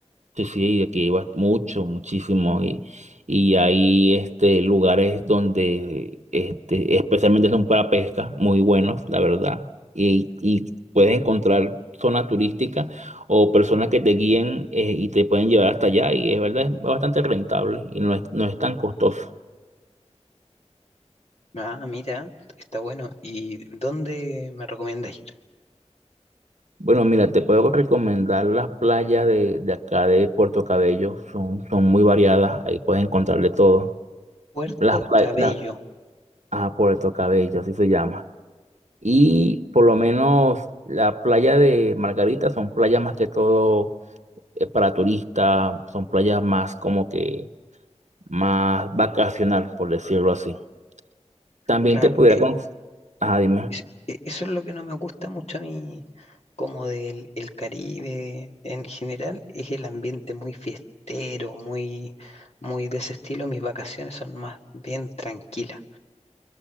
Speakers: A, on the right; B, on the left.
A: Sí, sí, aquí iba mucho, muchísimo. Y, y hay este, lugares donde este, especialmente son para pesca, muy buenos, la verdad. Y, y puedes encontrar zonas turísticas o personas que te guíen eh, y te pueden llevar hasta allá. Y es verdad, es bastante rentable y no es, no es tan costoso.
B: Ah, mira, está bueno. ¿Y dónde me recomiendas ir?
A: Bueno, mira, te puedo recomendar las playas de, de acá de Puerto Cabello. Son, son muy variadas, ahí puedes encontrar de todo.
B: Puerto
A: Las playas,
B: Cabello,
A: ah, Puerto Cabello, así se llama. Y por lo menos la playa de Margarita son playas más que todo eh, para turistas, son playas más como que más vacacional, por decirlo así. También
B: claro.
A: te pudiera
B: eh,
A: con... Ajá, dime.
B: es- eh, eso es lo que no me gusta mucho a mí, como del el Caribe en general, es el ambiente muy fiestero, muy, muy de ese estilo. Mis vacaciones son más bien tranquilas.